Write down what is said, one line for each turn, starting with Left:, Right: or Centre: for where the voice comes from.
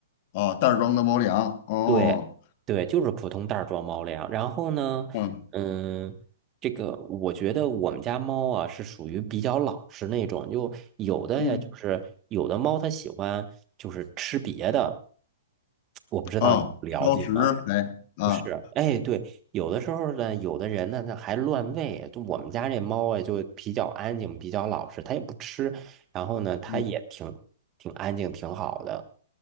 Left: 啊，袋儿装的猫粮。哦，
Right: 对，对，就是普通袋儿装猫粮。然后呢，
Left: 嗯
Right: 嗯，这个我觉得我们家猫啊是属于比较老实那种，就有的呀，
Left: 嗯，
Right: 就是有的猫它喜欢就是吃别的，我不知道你了解吗？
Left: 啊，哦挑食还啊。
Right: 不是，哎，对，有的时候呢，有的人呢，那还乱喂。就我们家这猫啊，就比较安静，比较老实，它也不吃，然后呢，它也挺挺安静，
Left: 嗯
Right: 挺好的。